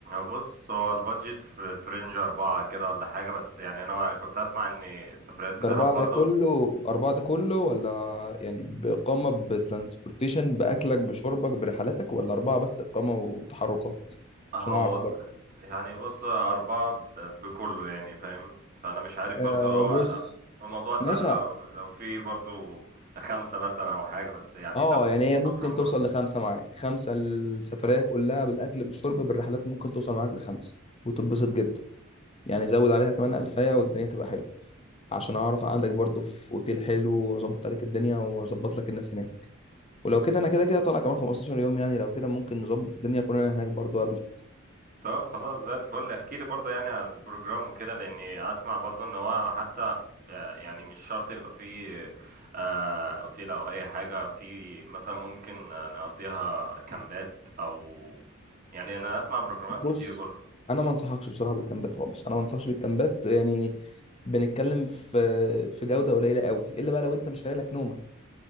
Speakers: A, on the right (about 45°); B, on the left (about 30°).
A: بص هو البادجت في في رينج أربعة كده ولا حاجة بس يعني أنا كنت أسمع إن السفريات في
B: ده
A: دهب
B: اربعه
A: برضو
B: ده كله اربعه ده كله ولا يعني باقامه بترانسبورتيشن باكلك بشربك برحلاتك ولا اربعه بس اقامه وتحركات
A: هو
B: عشان اعرف برضه
A: يعني بص أربعة ب- بكله يعني فاهم فأنا مش عارف
B: آه
A: برضو هو
B: بص
A: هو الموضوع سهل
B: ماشي
A: لو لو في برضو خمسة مثلا أو حاجة بس يعني
B: اه
A: لو
B: يعني
A: ليك
B: هي ممكن
A: بروجرام
B: توصل
A: برضو
B: لخمسه معاك خمسه السفريه كلها بالاكل بالشرب بالرحلات ممكن توصل معاك لخمسه وتتبسط جدا يعني زود عليها كمان الفايه والدنيا تبقى حلوه عشان اعرف اقعدك برضو في اوتيل حلو واظبط عليك الدنيا واظبط لك الناس هناك ولو كده انا كده كده طالع كمان 15 يوم يعني لو كده ممكن نظبط الدنيا كلنا هناك برضو قبل
A: طب خلاص زي الفل احكي لي برضو يعني عن البروجرام وكده لأني أسمع برضو إن هو حتى آه، يعني مش شرط يبقى فيه آه، أوتيل أو أي حاجة في مثلا ممكن آه، نقضيها كامبات أو يعني أنا أسمع بروجرامات
B: بص
A: كتير برضو
B: انا ما انصحكش بصراحه بالكامبات خالص انا ما انصحش بالكامبات يعني بنتكلم في في جوده قليله قوي الا بقى لو انت مش فارق لك نومه